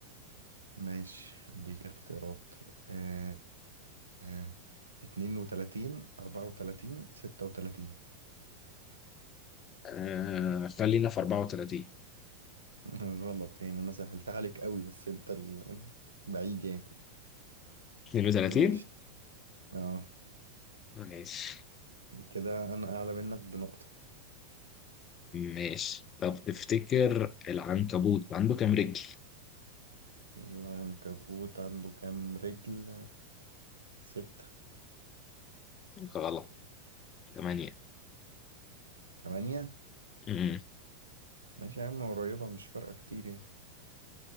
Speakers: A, on the right; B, on the left.
A: ماشي اديك اختيارات آه، آه، 32 34 36
B: آه خلينا في 34
A: <laughs> غلط يعني انا سهلتها عليك قوي بس انت ال... بعيد يعني
B: 32
A: ماشي اه
B: ماشي
A: كده انا اعلى منك بنقطة
B: ماشي طب تفتكر العنكبوت عنده كام رجل؟
A: العنكبوت عنده كام رجل ستة
B: غلط 8
A: تمانية
B: امم
A: ماشي يا عم قريبة مش فارقة كتير يعني